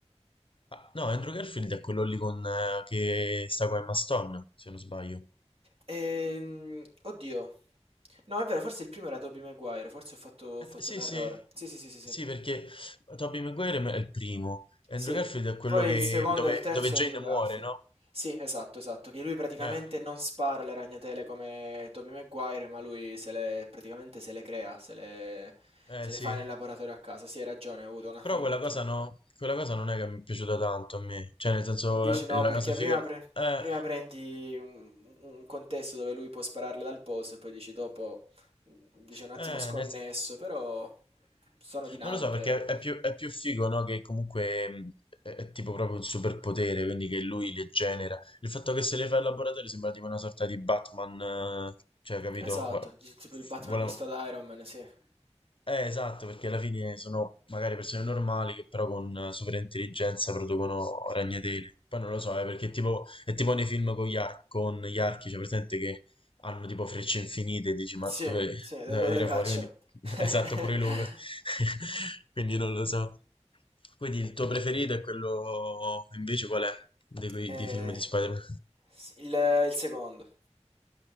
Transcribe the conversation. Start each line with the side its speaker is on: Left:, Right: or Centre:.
Left: Ah, no, Andrew Garfield è quello lì con, eh, che sta con Emma Stone, se non sbaglio.
Right: Ehm, oddio, no è vero, forse il primo era Tobey Maguire, forse ho fatto, ho
Left: Eh,
Right: fatto
Left: sì,
Right: un errore,
Left: sì,
Right: sì sì sì sì sì,
Left: sì, perché Tobey Maguire è il primo. Andrew
Right: Sì,
Left: Garfield è quello
Right: poi
Left: che,
Right: il secondo
Left: dove,
Right: e il terzo
Left: dove Jane
Right: è Andrew Garfield.
Left: muore, no?
Right: Sì, esatto, esatto, che lui praticamente
Left: Eh,
Right: non spara le ragnatele come Tobey Maguire, ma lui se le, praticamente se le crea, se le,
Left: eh
Right: se le
Left: sì.
Right: fa nel laboratorio a casa. Sì, hai ragione, ho avuto una-
Left: Però
Right: <laughs> un
Left: quella
Right: attimo.
Left: cosa no, quella cosa non è che mi è piaciuta tanto a me. Cioè, nel senso,
Right: Dici no,
Left: eh, la
Right: perché
Left: casa figa.
Right: prima,
Left: Eh,
Right: pre- prima prendi un, un contesto dove lui può spararle dal polso e poi dici dopo, mm, dici un attimo
Left: eh,
Right: sconnesso,
Left: nel-
Right: però sono dinamiche.
Left: non lo so, perché è più, è più figo, no? Che comunque mh, è, è tipo proprio il superpotere, quindi che lui le genera. Il fatto che se le fa il laboratorio sembra tipo una sorta di Batman, eh, cioè, capito?
Right: Esatto, dici tipo di Batman
Left: Vuole-
Right: misto ad Iron Man, sì.
Left: Eh, esatto, perché alla fine sono magari persone normali che però con eh, superintelligenza producono ragnatele. Poi non lo so, eh, perché è tipo, è tipo nei film con gli, ar- con gli archi, cioè presente che hanno tipo frecce infinite e dici ma
Right: Sì,
Left: dove
Right: sì, da
Left: deve
Right: dove
Left: tirare
Right: le cacciano.
Left: fuori? Quindi, <laughs>
Right: <laughs>
Left: esatto, pure lui. <laughs> Quindi non lo so. Quindi il tuo preferito è quello invece qual è? Di quei
Right: Eh,
Left: di film di Spider-Man?
Right: s- il, il secondo.